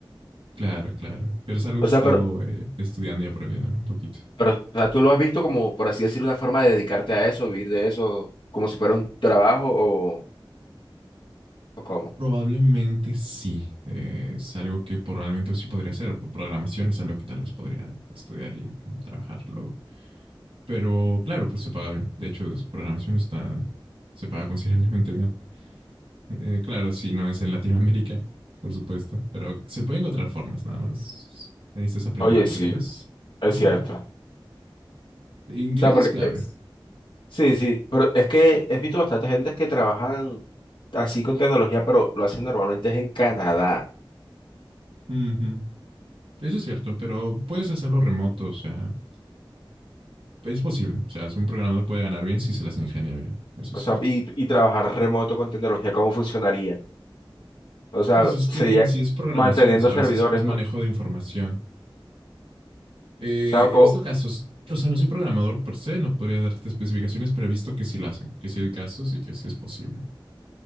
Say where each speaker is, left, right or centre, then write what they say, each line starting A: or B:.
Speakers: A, on the right (about 85°); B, on the left (about 65°).
A: claro, claro. Pero es algo
B: O
A: que
B: sea,
A: he estado
B: pero...
A: eh, estudiando y aprendiendo, ¿no? Un poquito.
B: Pero, o sea, tú lo has visto como, por así decir, una forma de dedicarte a eso, vivir de eso, como si fuera un trabajo o, o cómo.
A: Probablemente sí. Eh, es algo que probablemente sí podría hacer. Programación es algo que tal vez podría estudiar y trabajar luego. Pero claro, pues se paga bien. De hecho, es- programación está, se paga considerablemente bien. Eh, claro, sí, no es en Latinoamérica, por supuesto, pero se pueden encontrar formas, nada más. Necesitas aprender
B: Oye,
A: inglés
B: sí, es cierto.
A: y
B: O
A: inglés
B: sea, porque
A: es clave.
B: es- sí, sí, pero es que he visto bastante gente que trabajan así con tecnología, pero lo hacen normalmente es en Canadá.
A: Ujú, Eso es cierto, pero puedes hacerlo remoto, o sea, es posible. O sea, si un programador puede ganar bien si se las ingenia bien, eso es
B: O
A: cierto.
B: sea, y, y trabajar remoto con tecnología, ¿cómo funcionaría? O sea,
A: Pues es
B: sería
A: que en sí es programación,
B: manteniendo
A: ¿sabes?
B: servidores,
A: Es, es manejo
B: ¿no? O
A: de información. Eh,
B: sea, co-
A: he visto
B: Sí.
A: casos, o sea, no soy programador per se, no podría darte especificaciones, pero he visto que sí lo hacen, que sí hay casos y que sí es posible.